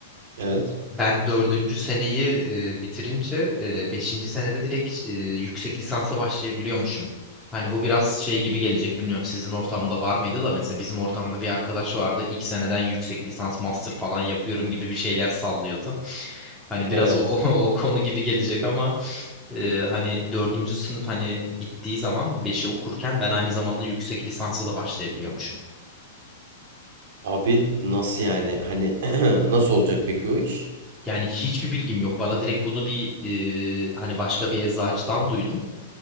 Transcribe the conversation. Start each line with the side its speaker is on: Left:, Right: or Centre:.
Right: evet.
Centre: Ben dördüncü seneyi e, bitirince e, beşinci senede direkt e, yüksek lisansa başlayabiliyormuşum. Hani bu biraz şey gibi gelecek bilmiyorum sizin ortamda var mıydı da mesela bizim ortamda bir arkadaş vardı ilk seneden yüksek lisans master falan yapıyorum gibi bir şeyler sallıyordu. Hani biraz
Right: Evet.
Centre: o, <laughs> o, o konu gibi gelecek ama e, hani dördüncü sınıf hani bittiği zaman beşi okurken ben aynı zamanda yüksek lisansa da başlayabiliyormuşum.
Right: Abi nasıl yani? Hani <clears throat> nasıl olacak peki o iş?
Centre: Yani hiçbir bilgim yok. Bana direkt bunu bir e, hani başka bir eczacıdan duydum.